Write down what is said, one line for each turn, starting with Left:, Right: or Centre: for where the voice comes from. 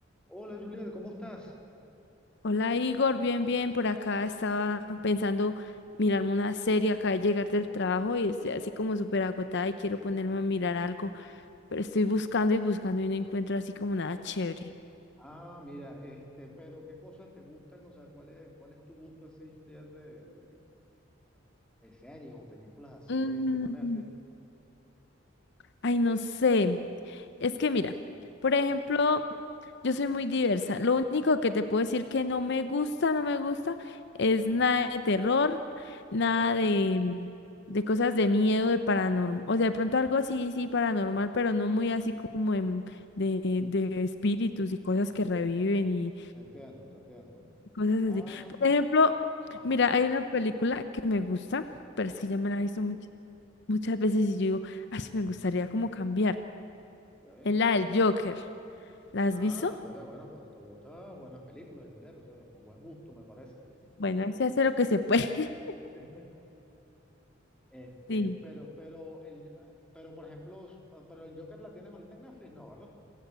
Centre: Hola Juliet, ¿cómo estás?
Left: Hola Igor, bien, bien, por acá estaba pensando mirarme una serie, acá de llegar del trabajo y estoy así como súper agotada y quiero ponerme a mirar algo, pero estoy buscando y buscando y no encuentro así como nada chévere.
Centre: Ah, mira, este, pero ¿qué cosas te gustan? O sea, ¿cuál es, cuál es tu gusto así, Juliet, de, de, de series o películas así,
Left: Mm,
Centre: estilo Netflix?
Left: Ay, no sé, Es que mira, por
Centre: Ajá.
Left: ejemplo, yo soy muy diversa. Lo único que te puedo decir que no me gusta, no me gusta, es
Centre: Ah,
Left: nada de terror,
Centre: ok,
Left: nada
Centre: te
Left: de, de cosas de miedo, de paranormal. O sea, de pronto algo así, sí, paranormal, pero no muy así como en- de, de espíritus y cosas que reviven y
Centre: entiendo, te entiendo.
Left: cosas así.
Centre: Ah,
Left: Por ejemplo,
Centre: ajá,
Left: mira, hay
Centre: sí,
Left: una película que me gusta, pero es que ya
Centre: ok.
Left: me la he visto much- muchas veces y yo digo, ay, sí me gustaría como cambiar.
Centre: ok.
Left: Es la del Joker. ¿La has
Centre: Ah,
Left: visto?
Centre: está bien, bueno, pero te gustan buenas películas, Juliet, o sea, con buen gusto me parece.
Left: Bueno, ahí se hace lo que se puede. <laughs>
Centre: <laughs> Este,
Left: Sí.
Centre: pero, pero, el, ah, pero, por ejemplo, s- ah, pero el Joker la tienes ahorita en Netflix, ¿no, verdad?